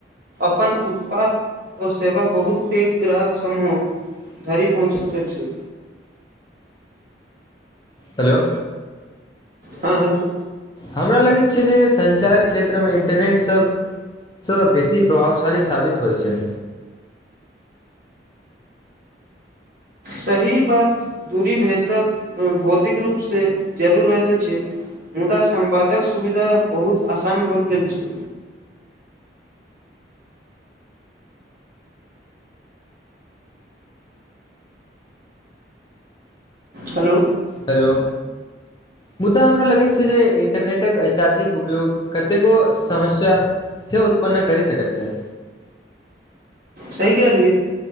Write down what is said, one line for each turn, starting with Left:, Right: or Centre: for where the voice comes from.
Right: अपन उत्पाद ओ सेवा बहुत पैघ ग्राहक समूह धरि पहुँच सकैत छै
Left: हेलो
Right: हां हेलो
Left: हमरा लगैत छै जे संचारक क्षेत्रमे इंटरनेट सब सँ बेसी प्रभावशाली साबित होइ छै
Right: सही बात दूरी भेतक भौतिक रूपसँ जरूरी रहेत छै मुदा संवादक सुविधा बहुत आसान भऽ गेल छै हेलो
Left: हेलो मुदा हमरा लगैत छै जे इंटरनेटक अत्यधिक उपयोग कतेको समस्या से उत्पन्न करि सकैत छै
Right: सही कहलियै